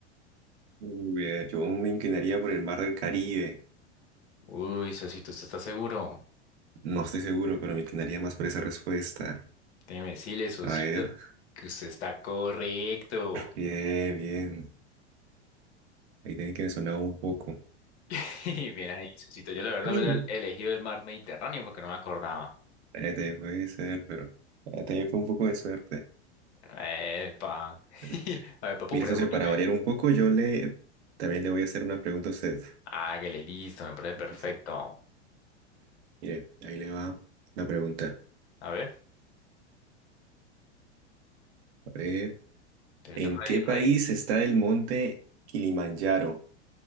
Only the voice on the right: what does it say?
Uy, eh, yo me inclinaría por el mar del Caribe.
No estoy seguro, pero me inclinaría más por esa respuesta.
A ver.
Bien, bien. Ahí tiene que me sonaba un poco.
<laughs> Ay.
Eh, te puede ser, pero eh, también fue un poco de suerte.
<laughs>
Mire,
socio, para variar un poco, yo le también le voy a hacer una pregunta a usted.
Sí, sí, sí. Mire, ahí le va la pregunta.
A ver.
¿En
qué
país está el monte Kilimanjaro?